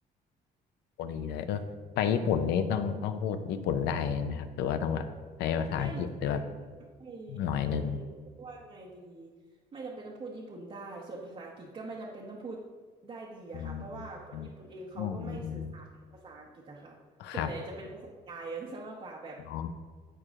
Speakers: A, on the left; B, on the right.
A: พอดีเลยเออไปญี่ปุ่นนี้ต้องต้องพูดญี่ปุ่นได้ไหมครับหรือว่าต้องแบบใช้ภาษาอังกฤษหรือแบบ
B: ไม่จำเป็นไม่
A: หน่อยหนึ่ง
B: อืมพูดว่าไงดีไม่จำเป็นต้องพูดญี่ปุ่นได้ส่วนภาษาอังกฤษก็ไม่จำเป็นต้องพูดได้ดีอะค่ะเพราะว่าคนญี่ปุ่นเองเขาก็ไม่สื่อสารภาษาอังกฤษอะค่ะส่วนใหญ่จะเป็นภาษากายกันซะมากกว่าแบบ
A: อ๋ออืมอ๋ออืมครับอ๋อ